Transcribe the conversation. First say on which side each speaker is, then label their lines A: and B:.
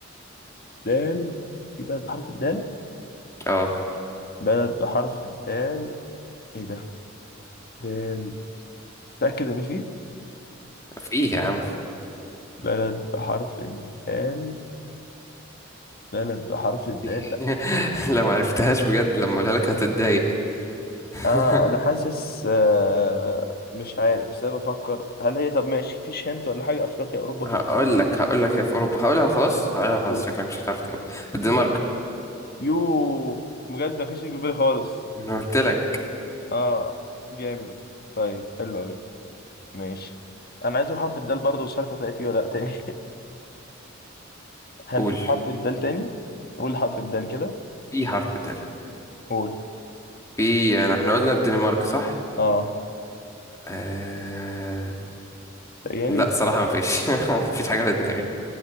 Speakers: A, on the left; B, on the left.
A: دال في بلد بحرف الدال
B: اه
A: بلد بحرف الدال ايه ده دال تأكد ان فيه
B: في يا عم
A: بلد بحرف الدال بلد بحرف الدال
B: في.
A: لا
B: <laughs> لو ما عرفتهاش بجد لما اقولها لك هتتضايق <laughs>
A: آه انا حاسس آه مش عارف بس انا بفكر هل هي طب ماشي فيش هنت ولا حاجة افريقيا اوروبا كده
B: هقول لك هقول لك هي في أوروبا هقولها وخلاص هقولها وخلاص
A: قول
B: شكلك مش هتعرف تجيبها الدنمارك
A: يوه بجد ما كانش يجي في بالي خالص
B: انا قلت لك
A: اه جامد طيب حلو قوي ماشي انا عايز اقول حرف الدال برضه مش عارف هتلاقي فيه ولا لا تاني <laughs> هل
B: قول
A: في حرف الدال تاني قول حرف الدال كده
B: في حرف دال
A: قول
B: في يعني احنا قلنا الدنمارك صح
A: اه
B: آه...
A: تخيلي
B: لا الصراحة ما فيش <laughs> ما فيش حاجة في دماغي